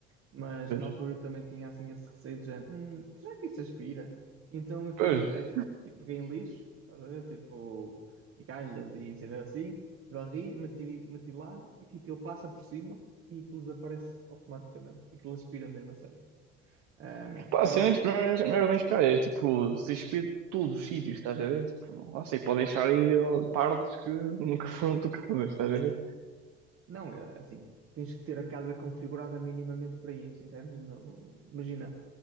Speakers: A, on the right; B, on the right.
A: Mas
B: Pois,
A: na altura eu também tinha assim esse receio de já, "Hum, será que isto aspira? Então eu fiz
B: pois,
A: um teste, tipo, peguei em lixo, estás a ver? tipo, e galhas e cenas assim, e varri, meti, meti lá e tipo, ele passa por cima e aquilo desaparece automaticamente. Aquilo aspira mesmo a sério. Ahm,
B: pá, assim,
A: agora, se-
B: tipo, não era, não era bem esperar, era, tipo, se aspira de todos os sítios, estás a ver? Tipo, não sei, pode deixar aí ó, partes que nunca foram tocadas, estás a ver?
A: não, é assim, tens que ter a casa configurada minimamente para isso, entendes? Não, imagina.